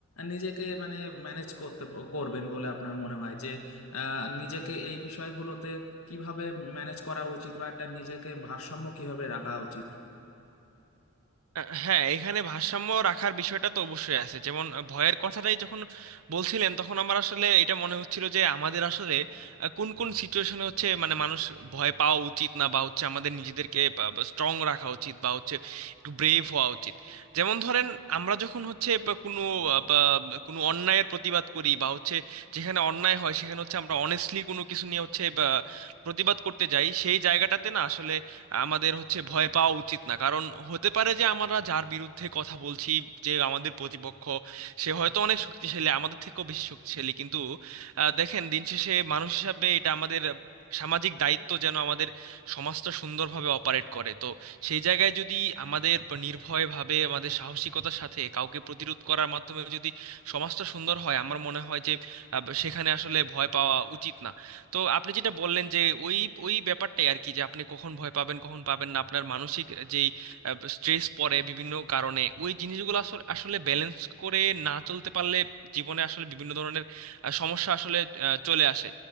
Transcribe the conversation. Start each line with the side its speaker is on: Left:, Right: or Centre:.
Left: নিজেকে মানে ম্যানেজ করতে করবেন বলে আপনার মনে হয় যে আহ, নিজেকে এই বিষয়গুলোতে কিভাবে ম্যানেজ করা উচিত বা একটা নিজেকে ভারসাম্য কিভাবে রাখা উচিত
Right: আহ, হ্যাঁ এখানে ভারসাম্য রাখার বিষয়টা তো অবশ্যই আছে যেমন আহ, ভয়ের কথাটাই যখন বলছিলেন তখন আমার আসলে এটা মনে হচ্ছিল যে আমাদের আসলে আহ, কোন কোন সিচুয়েশনে হচ্ছে মানে মানুষ ভয় পাওয়া উচিত না বা হচ্ছে আমাদের নিজেদেরকে স্ট্রং রাখা উচিত বা হচ্ছে একটু ব্রেভ হওয়া উচিত যেমন ধরেন আমরা যখন হচ্ছে বা কোনো আহ, বা কোনো অন্যায়ের প্রতিবাদ করি বা হচ্ছে যেখানে অন্যায় হয় সেখানে হচ্ছে আমরা অনেস্টলি কোনো কিছু নিয়ে হচ্ছে বা প্রতিবাদ করতে যাই সেই জায়গাটাতে না আসলে আমাদের হচ্ছে ভয় পাওয়া উচিত না কারণ হতে পারে যে আমরা যার বিরুদ্ধে কথা বলছি যে আমাদের প্রতিপক্ষ সে হয়তো অনেক শক্তিশালী আমাদের থেকেও বেশি শক্তিশালী কিন্তু আহ, দেখেন দিন শেষে মানুষ হিসাবে এটা আমাদের সামাজিক দায়িত্ব যেন আমাদের সমাজটা সুন্দরভাবে অপারেট করে তো সেই জায়গায় যদি আমাদের নির্ভয়ভাবে আমাদের সাহসিকতার সাথে কাউকে প্রতিরোধ করার মাধ্যমে যদি সমাজটা সুন্দর হয় আমার মনে হয় যে আহ, সেখানে আসলে ভয় পাওয়া উচিত না তো আপনি যেটা বললেন যে ওই ওই ব্যাপারটাই আর কি যে আপনি কখন ভয় পাবেন কখন পাবেন না আপনার মানসিক যেই স্ট্রেস পড়ে বিভিন্ন কারণে ওই জিনিসগুলো আসলে আসলে ব্যালেন্স করে না চলতে পারলে জীবনে আসলে বিভিন্ন ধরনের আহ, সমস্যা আসলে আহ, চলে আসে